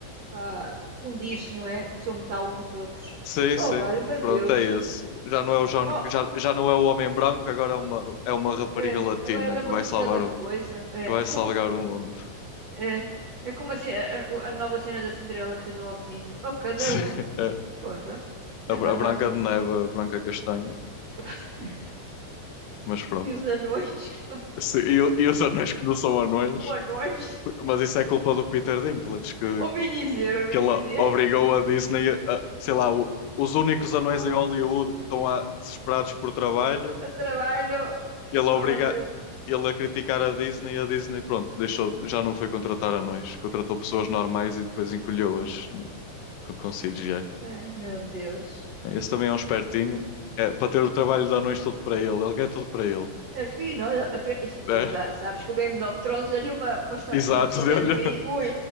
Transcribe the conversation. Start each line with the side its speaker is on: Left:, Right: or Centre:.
Right: pá, fundir-se, não é? O seu metal com os outros.
Left: Sim,
Right: Oh,
Left: sim.
Right: vale-me
Left: Pronto,
Right: Deus.
Left: é esse. Já não é o John,
Right: Oh,
Left: já, já não é o homem branco, agora é uma, é uma rapariga
Right: é,
Left: latina
Right: agora lembram-se
Left: que vai salvar
Right: de cada
Left: o,
Right: coisa. É,
Left: que vai
Right: foi
Left: salvar
Right: como,
Left: o mundo.
Right: é, é como a, ce- a- a nova cena da Cinderela que saiu do Walt Disney. Oh, cada
Left: <laughs> Sim,
Right: uma, pá.
Left: é.
Right: Porra. Tem
Left: A,
Right: mais
Left: Bra- a
Right: nada
Left: Branca
Right: para...
Left: de Neve, a Branca Castanha.
Right: <laughs>
Left: Mas pronto.
Right: E os anões? que não-
Left: Sim, e, o- e os anões que não são anões,
Right: <laughs> Um anões?
Left: mas isso é culpa do Peter Dinklage, que
Right: Ouvi dizer, ouvi
Left: que ele
Right: dizer.
Left: obrigou a Disney a, sei lá, o- os únicos anões
Right: <laughs>
Left: em Hollywood que estão lá desesperados por trabalho,
Right: Ai, O trabalho...
Left: ele
Right: Oh,
Left: obriga
Right: meu...
Left: ele a criticar a Disney e a Disney, pronto, deixou, já não foi contratar anões, contratou pessoas normais e depois encolheu-as no- com, com CGI.
Right: Ai, meu Deus.
Left: Esse também é um espertinho, é, para ter o trabalho de anões todo para ele, ele quer tudo para ele.
Right: É fino, olha, apre- isso, ele
Left: É,
Right: já sabes que o Game of Thrones deu-lhe uma, uma história,
Left: exato,
Right: uma história
Left: deu-lhe,
Right: de vida.
Left: <laughs>
Right: Ui,